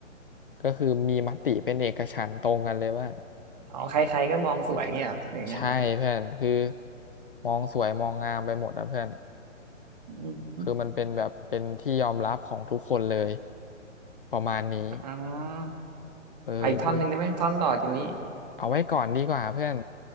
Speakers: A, on the left; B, on the right.
A: ก็คือมีมติเป็นเอกฉันท์ตรงกันเลยว่า
B: อ๋อใครๆก็มองสวยงเงี้ยเหรอหรือไง
A: ใช่เพื่อนคือมองสวยมองงามไปหมดอะเพื่อน
B: อม
A: คือมันเป็นแบบเป็นที่ยอมรับของทุกคนเลยประมาณนี้
B: อ๋อ
A: เออเอ้ย
B: อะอีกท่อนหนึ่งได้ไหมท่อนต่อจากนี้
A: เอาไว้ก่อนดีกว่าเพื่อน